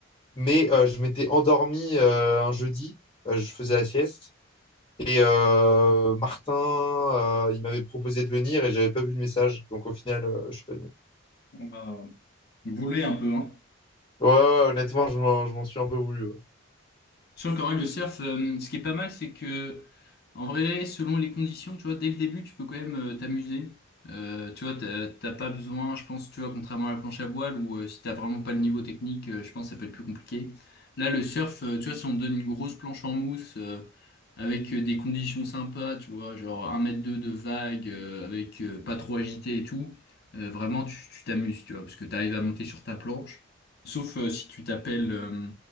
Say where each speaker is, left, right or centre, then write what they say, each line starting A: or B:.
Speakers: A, on the left; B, on the left.
A: Mais euh, je m'étais endormi euh, un jeudi. Euh, je faisais la sieste. Et euh, Martin, euh, il m'avait proposé de venir et j'avais pas vu le message. Donc au final, euh, je suis pas venu.
B: On va euh, bouler un peu, hein.
A: Ouais, ouais, ouais, honnêtement, je m'en, je m'en suis un peu voulu. ouais.
B: Sur quand même le surf, euh, ce qui est pas mal, c'est que en vrai, selon les conditions, tu vois, dès le début, tu peux quand même euh, t'amuser. Euh, tu vois, t'as t'as pas besoin, je pense, tu vois, contrairement à la planche à voile, où euh, si t'as vraiment pas le niveau technique, euh, je pense que ça peut être plus compliqué. Là, le surf, euh, tu vois, si on te donne une grosse planche en mousse, euh, avec euh, des conditions sympas, tu vois, genre un mètre 2 de vague, euh, avec euh, pas trop agité et tout, euh, vraiment, tu tu t'amuses, tu vois, parce que t'arrives à monter sur ta planche. Sauf euh, si tu t'appelles euh,